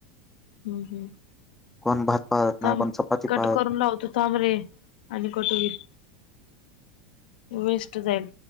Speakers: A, on the left; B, in the centre.
A: हम्म
B: कोण भात? पाळत नाही
A: थांब
B: कोण चपाती
A: कट
B: पाळत
A: करून लावतो थांब रे आणि कट होईल. वेस्ट जाईल.